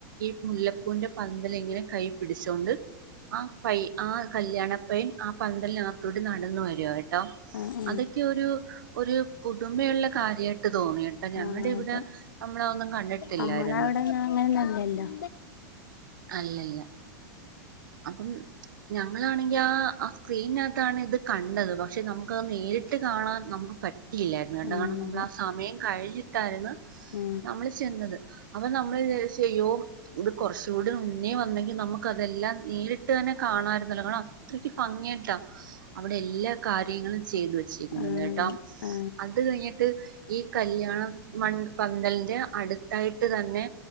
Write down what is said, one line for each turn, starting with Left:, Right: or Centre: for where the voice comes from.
Right: ഈ മുല്ലപ്പൂവിന്റെ പന്തലിങ്ങനെ കൈ പിടിച്ചോണ്ട് ആ കൈ ആ കല്യാണപ്പെൻ ആ പന്തലിനകത്തൂടി ന്നടന്നു വരുവായി ട്ടോ
Left: ആ ആ
Right: അതൊക്കെ ഒരു ഒരു പുതുമയുള്ള കാര്യായിട്ട് തോന്നിട്ടൊ ഞങ്ങടിവടെ
Left: ആ അതെ
Right: അമ്മളതൊന്നും കണ്ടിട്ടില്ലായിരുന്നു
Left: നമ്മളവിടെ ഒന്നും അങ്ങനെയൊന്നുമല്ലല്ലോ
Right: അല്ലല്ല അപ്പം ഞങ്ങളാണെങ്കി ആ സ്ക്രീനിനകത്താണ് ഇത് കണ്ടത് പക്ഷെ നമുക്കത് നേരിട്ട് കാണാൻ നമുക്ക് പ റ്റിയില്ലായിര്ന്ന് ഇന്ന്ട്ടാണ്
Left: ആ
Right: നമ്മളാ
Left: അതെ
Right: സമയം കഴികിട്ടാര്ന്നു
Left: ആ ആ
Right: നമ്മള്ച്ചെന്നത് അപ്പ നമ്മള് <unintelligible> ചെയ്യോ ഇത് കുറച്ചുകൂടി മുന്നേ വന്നെങ്കി നമ്മ ക്ക് അതെല്ലാ നേരിട്ട് തന്നെ കാണായിരുന്നല്ലോ ങ്ങളാ അത്രക്ക് ഫങ്ങിയാട്ടോ. അവടെ എല്ലാ കാര്യങ്ങളും ചെയ്തു വെച്ചിരിക്കുന്നുണ്ട്
Left: ആ
Right: ഏട്ടോ.
Left: അതെ ആ
Right: അത് കഴിഞ്ഞ്ട്ട് ഈ കല്യാണ മൺ പന്തൽൻ്റെ അടുത്തായിട്ട്തന്നെ